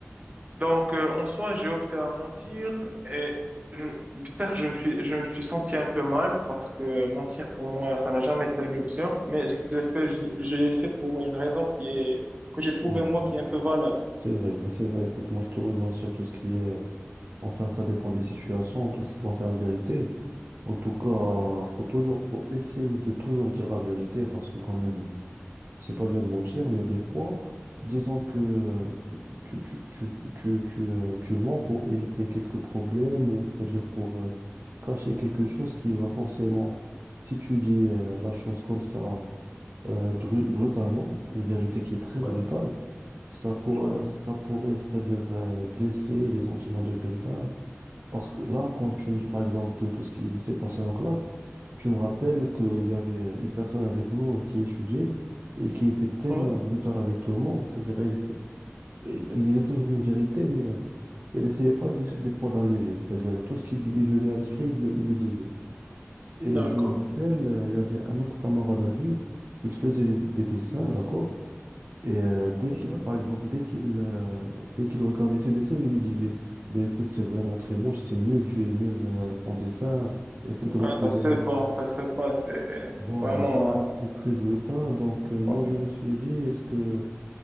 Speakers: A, on the right (about 30°); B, on the right (about 55°).
A: Donc, euh, en soi, j'ai opté à mentir et je, certes, je me suis, je me suis senti un peu mal parce que mentir pour moi, ça n'a jamais été une option, mais je l'ai fait, je, je l'ai fait pour une raison qui est, que j'ai trouvé
B: ouais.
A: moi qui est un peu valable.
B: C'est vrai, bah, c'est vrai. Écoute, moi, je te rejoins sur tout ce qui est... Enfin, ça dépend des situations, tout ce qui concerne vérité. En tout cas,
A: Ouais,
B: faut toujours, faut essayer de toujours dire la vérité parce que quand même, c'est pas bien de mentir, mais des fois, disons que euh, tu, tu, tu, tu, tu, euh, tu mens pour éviter quelques problèmes, ou c'est-à-dire pour euh, cacher quelque chose qui va forcément, si tu dis euh, la chose comme ça, euh, bru- brutalement, une vérité qui est très brutale,
A: ouais,
B: ça pourrait,
A: ouais,
B: ça pourrait, c'est-à-dire euh, blesser les sentiments de quelqu'un, parce que là, quand tu me dis par exemple de tout ce qui s'est passé en classe, tu me rappelles qu'il y avait une personne avec nous qui étudiait et qui était tellement
A: ouais,
B: brutale avec tout le monde. C'est-à-dire, elle, elle- elle disait toujours une vérité, mais elle essayait pas des, des fois d'alléger. C'est-à-dire, tout ce qui lui venait à l'esprit, il, le il le disait. Et
A: d'accord.
B: je me rappelle, euh, il y avait un autre camarade à lui, il faisait des, des dessins, d'accord? Et euh, dès
A: Ouais.
B: qu'il, par exemple, dès qu'il euh, dès qu'il regardait ses dessins, il lui disait, ben écoute, c'est vraiment très moche, c'est nul, tu es nul euh, en dessin, essaie
A: Ouais,
B: de retrouver
A: ça se
B: un
A: fait
B: autre.
A: pas, ça se fait pas, c'est
B: Voilà,
A: vraiment.
B: du coup, c'est très brutal. Donc, euh, moi,
A: Ouais,
B: je me suis dit, est-ce que,